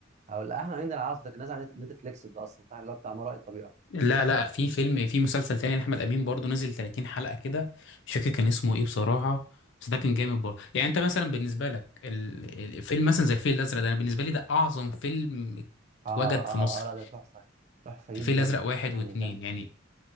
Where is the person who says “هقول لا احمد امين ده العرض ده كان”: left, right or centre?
Right